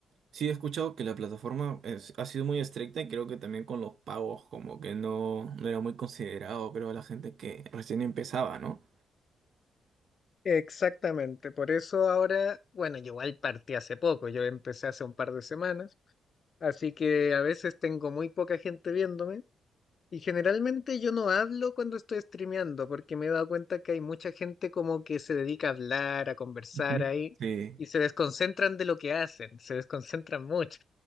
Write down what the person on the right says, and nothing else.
Sí, he escuchado que la plataforma es- ha sido muy estricta y creo que también con los pagos como que no, no era muy considerado, creo, a la gente que recién empezaba, ¿no?
Ujú.
Sí.